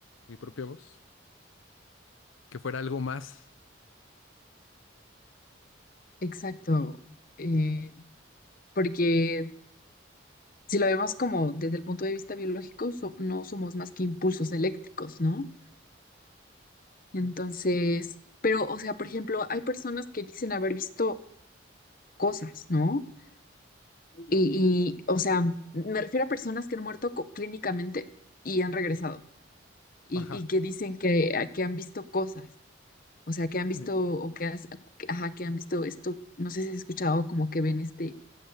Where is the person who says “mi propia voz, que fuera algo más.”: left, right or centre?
Left